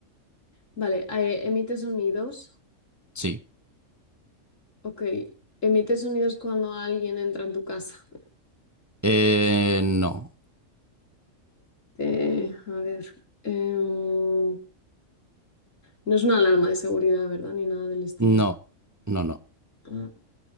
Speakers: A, on the left (about 80°); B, on the right (about 25°).
A: Vale, eh, emite sonidos.
B: Sí.
A: Ok, emite sonidos cuando alguien entra en tu casa.
B: Eh, no.
A: Eh, a ver, em, no es una alarma de seguridad, ¿verdad? Ni nada del estilo.
B: No. No, no.
A: Mm,